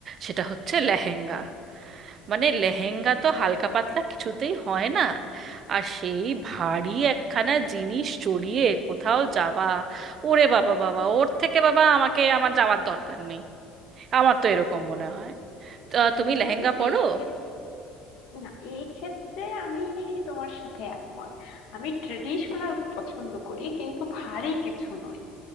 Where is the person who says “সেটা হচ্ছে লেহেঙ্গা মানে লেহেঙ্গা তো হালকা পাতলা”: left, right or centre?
Right